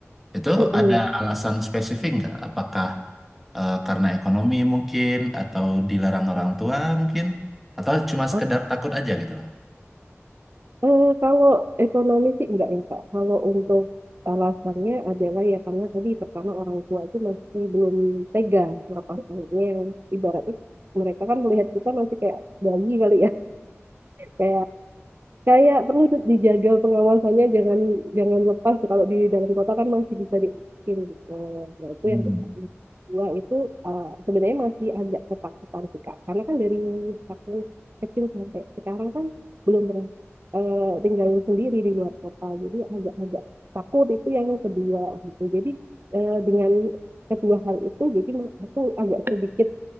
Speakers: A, in the centre; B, on the right (about 50°).
A: Itu
B: Mm-mm.
A: ada alasan spesifik nggak? Apakah eh, karena ekonomi mungkin atau dilarang orang tua mungkin atau cuma
B: Oh,
A: sekedar takut aja gitu loh.
B: Eh, kalau ekonomi sih enggak ya Kak kalau untuk alasannya adalah ya karena tadi pertama orang tua itu masih belum tega melepaskannya yang ibaratnya mereka kan melihat kita masih kayak bayi kali ya kayak kayak perlu dijaga pengawasannya jangan jangan lepas kalau di dalam kota kan masih bisa dibikin gitu ya itu
A: Hmm.
B: yang pertama dua itu uh, sebenarnya masih agak ketakutan sih Kak. karena kan dari aku kecil sampai sekarang kan belum pernah uh, tinggal sendiri di luar kota jadi agak-agak takut itu yang kedua gitu jadi uh, dengan kedua hal itu jadi aku agak sedikit